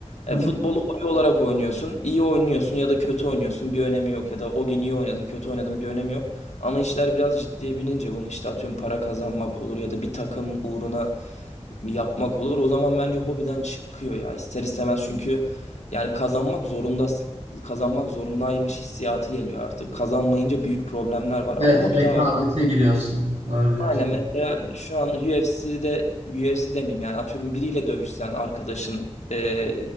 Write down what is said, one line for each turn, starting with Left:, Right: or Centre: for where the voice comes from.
Right: Hı
Left: E,
Right: hı.
Left: futbolu hobi olarak oynuyorsun. İyi oynuyorsun ya da kötü oynuyorsun. Bir önemi yok ya da o gün iyi oynadın, kötü oynadın bir önemi yok. Ama işler biraz ciddiye binince bunu işte atıyorum para kazanmak olur ya da bir takım uğruna yapmak olur. O zaman bence hobiden çıkıyor ya. İster istemez çünkü yani kazanmak zorundasın kazanmak zorundaymış hissiyatı geliyor artık. Kazanmayınca büyük problemler var.
Right: Evet,
Left: Ama o
Right: rekabete
Left: bir daha abi.
Right: giriyorsun. Doğru diyorsun.
Left: Aynen mesela şu an UFC'de UFC demeyeyim yani atıyorum biriyle dövüşsen arkadaşın e,